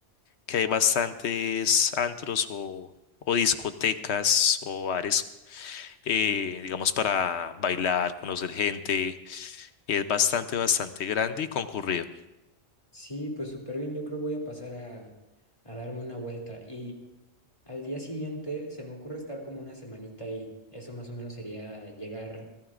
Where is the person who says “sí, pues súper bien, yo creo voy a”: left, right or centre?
Left